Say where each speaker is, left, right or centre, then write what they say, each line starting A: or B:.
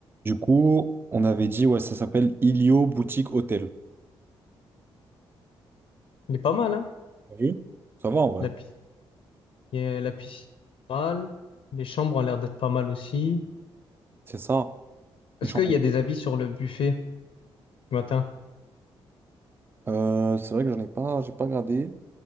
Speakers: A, on the right; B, on the left.
A: Du coup, on avait dit, ouais, ça s'appelle Ilio Boutique Hôtel.
B: Il est pas mal, hein?
A: T'as vu? Ça va en vrai.
B: La, pi- la piscine est pas mal. Les chambres ont l'air d'être pas mal aussi.
A: C'est ça.
B: Est-ce
A: Les chambres.
B: qu'il y a des avis sur le buffet du matin?
A: Euh, c'est vrai que j'en ai pas, j'ai pas regardé.